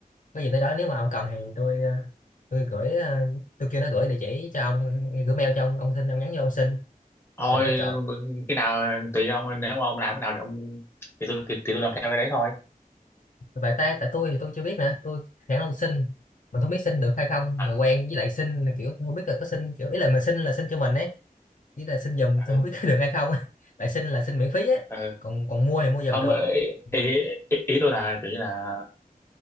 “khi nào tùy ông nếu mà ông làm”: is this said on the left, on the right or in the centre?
Left